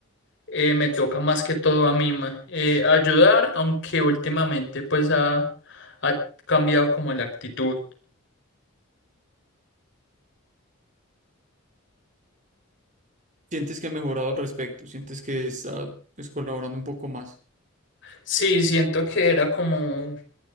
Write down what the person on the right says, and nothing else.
¿Sientes que ha mejorado al respecto? ¿Sientes que está pues, colaborando un poco más?